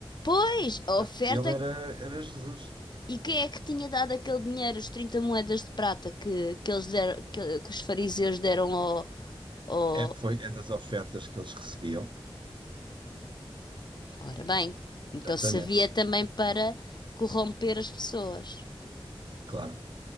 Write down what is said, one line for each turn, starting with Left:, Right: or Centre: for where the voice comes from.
Left: Pois,
Right: a oferta
Left: a oferta,
Right: dele era, era Jesus.
Left: e quem é que tinha dado aquele dinheiro, os 30 moedas de prata que, que eles deram, que, que os fariseus deram ao, ao...
Right: É, foi é das ofertas que eles recebiam.
Left: Ora bem, então
Right: Exatamente,
Left: servia também para corromper as pessoas.
Right: claro.